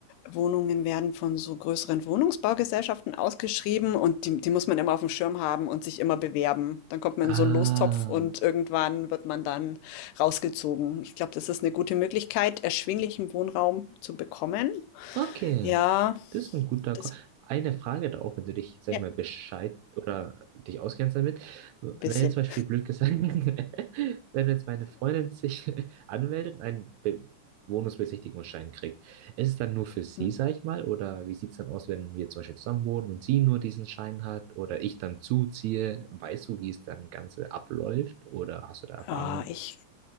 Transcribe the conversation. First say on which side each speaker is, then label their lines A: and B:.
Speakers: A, on the left; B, on the right.
A: Wohnungen werden von so größeren Wohnungsbaugesellschaften ausgeschrieben und die, die muss man immer auf dem Schirm haben und sich immer bewerben. Dann kommt man
B: Ah,
A: in so einen Lostopf und irgendwann wird man dann rausgezogen. Ich glaube, das ist eine gute Möglichkeit, erschwinglichen Wohnraum zu bekommen.
B: okay.
A: Ja,
B: Das ist ein guter
A: das,
B: Call. Eine Frage da auch, wenn du dich, sag
A: ja,
B: ich mal,
A: ein
B: Bescheid oder dich auskennst damit. Wenn
A: bisschen.
B: jetzt zum Beispiel blöd gesagt, <laughs> wenn jetzt meine Freundin sich <laughs> anmeldet und einen Be Wohnungsbesichtigungsschein kriegt, ist es dann nur für sie,
A: Hm.
B: sag ich mal, oder wie sieht es dann aus, wenn wir zum Beispiel zusammen wohnen und sie nur diesen Schein hat oder ich dann zuziehe? Weißt du, wie es dann Ganze abläuft oder hast du da Erfahrung?
A: Ah, ich,